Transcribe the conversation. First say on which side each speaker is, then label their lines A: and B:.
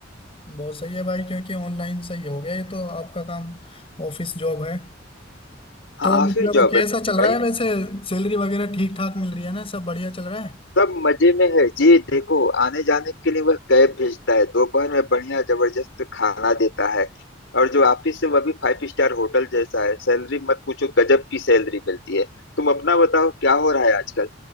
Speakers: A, on the left; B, on the left.
A: बहुत सही है भाई क्योंकि ऑनलाइन सही हो गया ये तो आपका काम ऑफिस जॉब है
B: हाँ
A: तो मतलब
B: ऑफिस जॉब
A: कैसा
B: है
A: चल रहा
B: भाई
A: है वैसे सैलरी वगैरह ठीक ठाक मिल रही है ना सब बढ़िया चल रहा है
B: सब मजे में है जी देखो आने जाने के लिए वह कैब भेजता है दोपहर में बढ़िया जबरदस्त खाना देता है और जो ऑफिस है वह भी फाइव स्टार होटल जैसा है सैलरी मत पूछो गजब की सैलरी मिलती है तुम अपना बताओ क्या हो रहा है आजकल